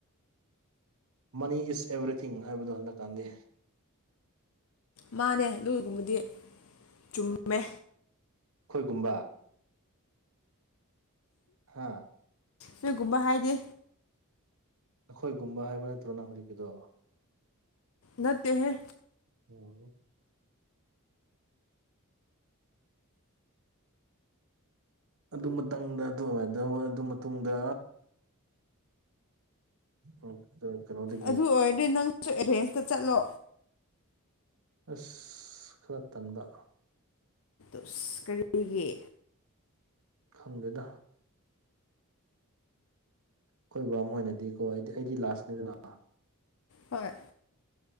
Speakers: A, on the right; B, on the left.
A: ꯃꯅꯤ ꯏꯁ ꯑꯦꯚ꯭ꯔꯤꯊꯤꯡ ꯍꯥꯏꯕꯗꯣ ꯍꯟꯗꯛ ꯀꯥꯟꯗꯦ
B: ꯃꯥꯅꯦ ꯑꯗꯨꯒꯨꯝꯕꯗꯤ ꯆꯨꯝꯃꯦ
A: ꯑꯩꯈꯣꯏꯒꯨꯝꯕ ꯍꯥꯥ
B: ꯅꯣꯏꯒꯨꯝꯕ ꯍꯥꯏꯗꯤ
A: ꯑꯩꯈꯣꯏꯒꯨꯝꯕ ꯍꯥꯏꯕ ꯅꯠꯇ꯭ꯔꯣ ꯅꯪ ꯍꯧꯖꯤꯛꯀꯤꯗꯣ
B: ꯅꯠꯇꯦꯍꯦ
A: ꯑꯣ ꯑꯗꯨ ꯃꯇꯪꯗ ꯑꯗꯨ ꯑꯣꯏꯗ ꯑꯗꯨ ꯃꯇꯨꯡꯗ <unintelligible>
B: ꯑꯗꯨ ꯑꯣꯏꯔꯗꯤ ꯅꯪꯁꯨ ꯑꯦꯔꯦꯟꯁꯇꯥ ꯆꯠꯂꯣ
A: ꯑꯁ ꯈꯔ ꯇꯟꯕꯥ
B: ꯑꯁ ꯀꯔꯤꯒꯤ
A: ꯈꯪꯗꯦꯗꯥ ꯑꯈꯣꯏꯕꯥ ꯃꯣꯏꯅꯗꯤ ꯀꯣ ꯑꯩꯗꯤ ꯑꯩꯗꯤ ꯂꯥꯁꯅꯤꯗꯅꯥ
B: ꯍꯣꯏ